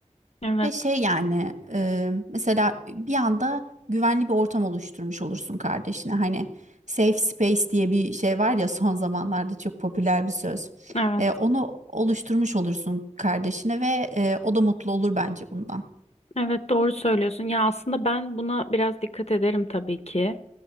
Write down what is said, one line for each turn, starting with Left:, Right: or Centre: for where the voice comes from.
Left: Evet.
Right: Ve şey yani e, mesela bir anda güvenli bir ortam oluşturmuş olursun kardeşine. Hani safe space diye bir şey var ya son zamanlarda çok popüler bir söz.
Left: Evet,
Right: E, onu oluşturmuş olursun kardeşine ve e, o da mutlu olur bence bundan.
Left: evet doğru söylüyorsun. Ya aslında ben buna biraz dikkat ederim tabii ki.